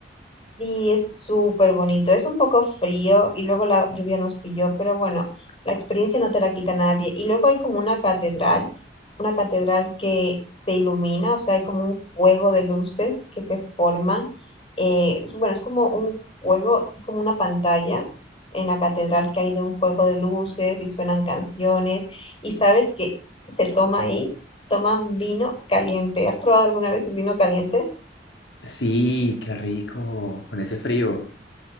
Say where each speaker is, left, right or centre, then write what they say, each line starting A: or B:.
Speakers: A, on the left; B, on the left.
A: Sí, es súper bonito. Es un poco frío y luego la lluvia nos pilló, pero bueno, la experiencia no te la quita nadie. Y luego hay como una catedral, una catedral que se ilumina, o sea, hay como un juego de luces que se forman. eh, es- bueno, es como un juego, es como una pantalla en la catedral que hay de un juego de luces y suenan canciones. Y sabes que se toma ahí, toman vino caliente. ¿Has probado alguna vez el vino caliente?
B: Sí, qué rico, con ese frío.